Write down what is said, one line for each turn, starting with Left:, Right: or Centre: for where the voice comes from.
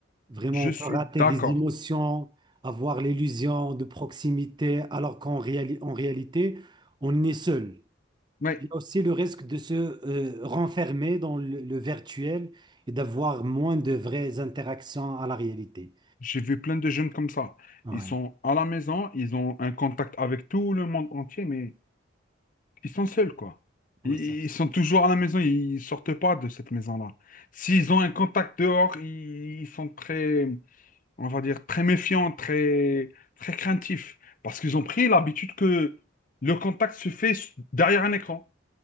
Right: Vraiment,
Left: je
Right: on
Left: suis
Right: peut rater
Left: d'accord.
Right: des émotions, avoir l'illusion de proximité, alors qu'en réali- en réalité, on est seul.
Left: Oui,
Right: Il y a aussi le risque de se euh, renfermer dans le, le virtuel et d'avoir moins de vraies interactions à la réalité.
Left: j'ai vu plein de jeunes comme ça.
Right: Ah
Left: Ils
Right: Ouais.
Left: sont à la maison, ils ont un contact avec tout le monde entier, mais Ils sont seuls, quoi. Ils,
Right: ouais ça.
Left: ils sont toujours à la maison, ils ils sortent pas de cette maison-là. S'ils ont un contact dehors, ils, ils sont très, on va dire, très méfiants, très, très craintifs. Parce qu'ils ont pris l'habitude que le contact se fait s- derrière un écran.